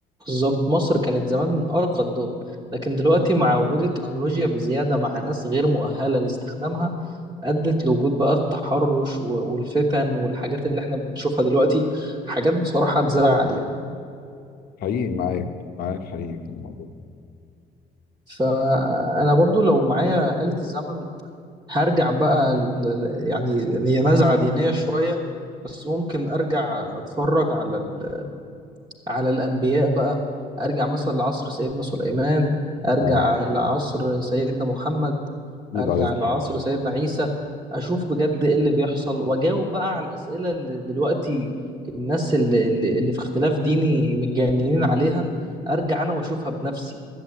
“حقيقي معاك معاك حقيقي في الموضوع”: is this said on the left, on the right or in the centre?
Left